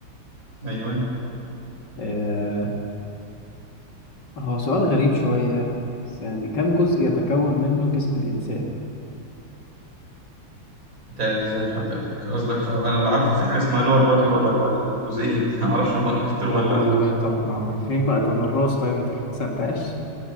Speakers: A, on the right; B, on the left.
A: ايوه
B: آه هو سؤال غريب شوية بس يعني كم جزء يتكون منه جسم الإنسان؟
A: انت ازاي حضرتك قصدك في... انا اللي عارفه في حاجه اسمها لور بادي وابر بادي جزئين <laughs> ما اعرفش هما كتر ولا
B: طب وال طب ما فين بقى طب الراس طيب انت ما حسبتهاش؟